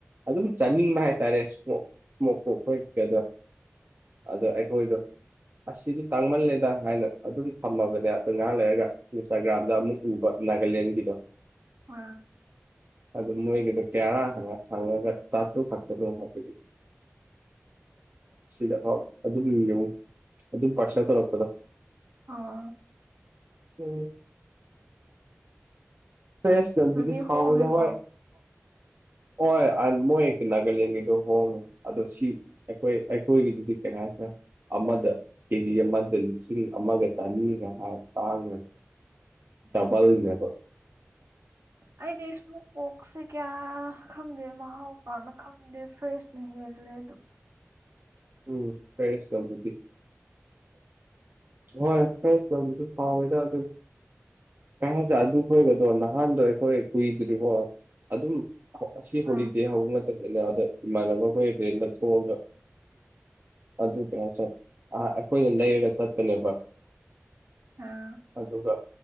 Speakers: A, on the right; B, on the right.
A: ꯑꯗꯨꯝ ꯆꯥꯅꯤꯡꯕ ꯍꯥꯏꯇꯥꯔꯦ ꯏꯁꯃꯣꯛ ꯏꯁꯃꯣꯛꯄꯨ ꯑꯩꯈꯣꯏ ꯀꯗ ꯑꯗꯣ ꯑꯩꯈꯣꯏꯗꯣ ꯑꯁꯤꯗꯤ ꯇꯥꯡꯃꯜꯂꯦꯗ ꯍꯥꯏꯅ ꯑꯗꯨꯝ ꯊꯝꯃꯕꯅꯦ ꯑꯗꯨ ꯉꯥꯏꯍꯥꯛ ꯂꯩꯔꯒ ꯏꯟꯁꯇꯥꯒ꯭ꯔꯥꯝꯗ ꯑꯃꯨꯛ ꯎꯕ ꯅꯥꯒꯥꯂꯦꯟꯒꯤꯗꯣ
B: ꯎ
A: ꯑꯗꯨ ꯃꯣꯏꯒꯤꯗꯣ ꯀꯦꯔꯥ ꯍꯪꯉꯒ ꯆꯥꯇꯨ ꯈꯛꯇꯅꯣ ꯍꯥꯏꯕꯗꯤ ꯁꯤꯗ ꯍ ꯑꯗꯨꯝ ꯌꯦꯡꯉꯨ ꯑꯗꯨꯝ ꯄꯥꯔꯁꯦꯜ ꯇꯧꯔꯛꯄꯗꯣ
B: ꯑꯣ
A: ꯎ ꯐ꯭ꯔꯦꯁ
B: ꯑꯗꯨꯗꯤ
A: ꯅꯗꯤ ꯊꯥꯎꯗ
B: ꯍꯣꯡꯉꯦꯀꯣ
A: ꯍꯣꯏ ꯍꯣꯏ ꯃꯣꯏ ꯍꯦꯛꯇꯤ ꯅꯥꯒꯥꯂꯦꯟꯒꯤꯗꯣ ꯍꯣꯡꯉꯦ ꯑꯗꯣ ꯁꯤ ꯑꯩꯈꯣꯏ ꯑꯩꯈꯣꯏꯒꯤꯗꯨꯗꯤ ꯀꯌꯥ ꯁ ꯑꯃꯗ ꯀꯦꯖꯤ ꯑꯃꯗ ꯂꯤꯁꯤꯡ ꯑꯃꯒ ꯆꯅꯤꯒ ꯍꯥꯏ ꯇꯥꯡꯉꯒ ꯇꯕꯥꯜꯕꯣ
B: ꯑꯩꯗꯤ ꯏꯁꯃꯣꯛ ꯄꯣꯛꯁꯦ ꯀꯌꯥ ꯈꯪꯗꯦ ꯃꯍꯥꯎ ꯄꯥꯛꯅ ꯈꯪꯗꯦ ꯐ꯭ꯔꯦꯁꯅ ꯍꯦꯜꯂꯦ ꯑꯗꯨꯝ
A: ꯎꯝ ꯀꯩꯁ ꯅꯕꯨꯗꯤ ꯍꯣꯏ ꯐꯁ ꯂꯧꯗꯨ ꯐꯥꯎꯋꯗ ꯑꯗꯨ ꯀ ꯍꯥꯏꯁꯦ ꯑꯗꯨ ꯈꯣꯏꯕꯗꯣ ꯅꯍꯥꯟꯗꯣ ꯑꯩꯈꯣꯏ ꯀꯨꯏꯗ꯭ꯔꯤꯔꯤꯕꯣ ꯑꯗꯨꯝ ꯑꯁꯤ ꯍꯣꯂꯤꯗꯦ
B: ꯑꯥ
A: ꯍꯧꯕ ꯃꯇꯝꯗꯅꯦ ꯑꯗ ꯏꯃꯥꯟꯅꯕ ꯑꯩꯈꯣꯏ ꯔꯦꯟꯗ ꯊꯣꯛꯑꯒ ꯑꯗꯨ ꯀꯌꯥꯁꯦ ꯑꯩꯈꯣꯏꯅ ꯂꯩꯔꯒ ꯆꯠꯄꯅꯦꯕ
B: ꯑꯥ
A: ꯑꯗꯨꯒ